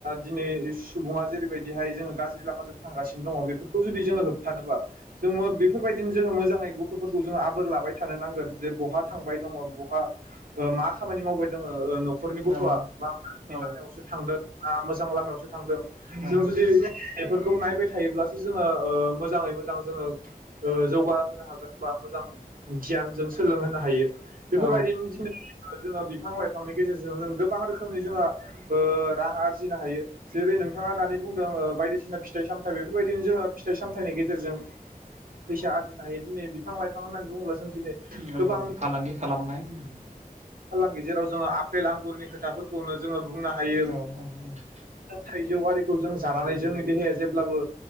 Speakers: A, on the right; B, on the right.
A: दिनै सुबुङा जेरैबायदिहाय जोङो गाज्रि लामाजों थांगासिनो दङ बेफोरखौ जुदि जोङो होबथानोबा जों बेफोरबायदिनो जोङो मोजाङै गथ'फोरखौ जोङो आबोर लाबाय थानो नांगोन। जे बहा थांबाय दङ बहा ओ मा खामानि मावबाय दङ ओ न'खरनि गथ'आ
B: औ
A: मा गाज्रि
B: औ
A: लामायावसो थांदों ना मोजां लामायावसो जों थांदों
B: औ
A: जदि बेफोरखौ नायबाय थायोब्लासो जोङो ओ मोजाङै मोजां जोङो ओ जौगा होनो हागोन बा मोजां गियान जों सोलोंहोनो हायो। बेफोरबायदिनो
B: औ
A: दिनै जोङो बिफां लाइफांनि गेजेरजों जों गोबां रोखोमनि जोङो ओ रां आरजिनो हायो। जेरै नोंथाङा दानि बुंदों ओ बायदिसिना फिथाइ सामथाय बेफोरबायदिनो जोङो फिथाइ-सामथाइनि गेजेरजों फैसा आरजिनो हायो। दिनै बिफां-लाइफां होननानै बुङोब्ला जों दिनै
B: औ
A: गोबां
B: फालांगि खालामनाय औ
A: फालांगि जेराव जोङो आपेल आंगुरनि खोथाफोरखौनो जोङो बुंनो हायो
B: औ औ
A: थाइजौ आरि जों जानानै जोंनि देहाया जेब्लाबो